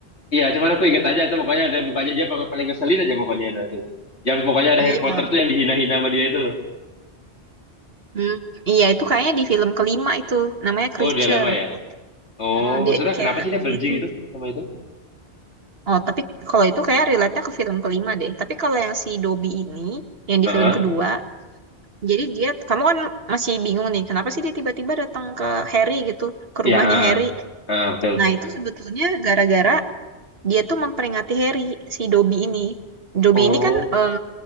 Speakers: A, on the left (about 80°); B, on the right (about 60°).
A: Iya, cuman aku ingat aja tuh pokoknya ada mukanya dia paling paling ngeselin aja pokoknya ada tuh. Yang pokoknya ada
B: Iya.
A: Harry Potter tuh yang dihina-hina sama dia itu loh.
B: Hmm, Iya, itu kayaknya di film kelima itu. Namanya Creature.
A: Oh, udah lama ya. Oh,
B: Ah, dia
A: maksudnya
B: kayak
A: kenapa sih dia benci
B: itu.
A: gitu sama itu?
B: Oh, tapi kalau itu kayak relate-nya ke film kelima deh. Tapi kalau yang si Dobby ini, yang
A: Heeh.
B: di film kedua, jadi dia, kamu kan masih bingung nih, kenapa sih dia tiba-tiba datang ke Harry gitu, ke
A: Iya,
B: rumahnya
A: heeh.
B: Harry.
A: Heeh, betul.
B: Nah, itu sebetulnya gara-gara dia tuh memperingati Harry, si Dobby ini. Dobby
A: Oh,
B: ini kan eh,